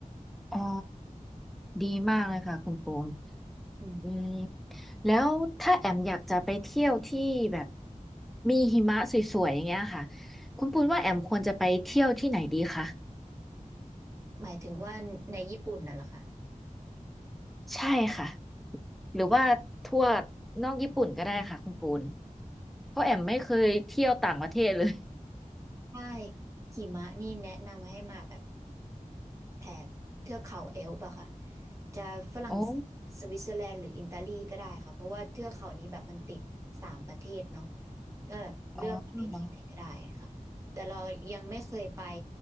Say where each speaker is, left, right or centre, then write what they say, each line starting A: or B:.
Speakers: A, in the centre; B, on the right (about 20°).
A: อ๋อดีมากเลยค่ะคุณปูม
B: อืม
A: อืมแล้วถ้าแอมอยากจะไปเที่ยวที่แบบมีหิมะสวยๆอย่างเงี้ยค่ะคุณปูนว่าแอมควรจะไปเที่ยวที่ไหนดีคะ
B: หมายถึงว่าในญี่ปุ่นน่ะเหรอคะ
A: ใช่ค่ะ หรือว่าทั่วนอกญี่ปุ่นก็ได้ค่ะคุณปูนเพราะแอมไม่เคยเที่ยวต่างประเทศเลย
B: ใช่หิมะนี่แนะนำให้มาแบบแถบเทือกเขาเอลป์อะค่ะจะฝรั่งเศสสวิตเซอร์แลนด์หรืออิตาลีก็ได้ค่ะเพราะว่าเทือกเขานี้แบบมันติดสามประเทศเนาะ
A: โอ้
B: ก็แบบเลือกไปที่ไหนก็ได้ค่ะแต่เรายังไม่เคยไป
A: อ๋อ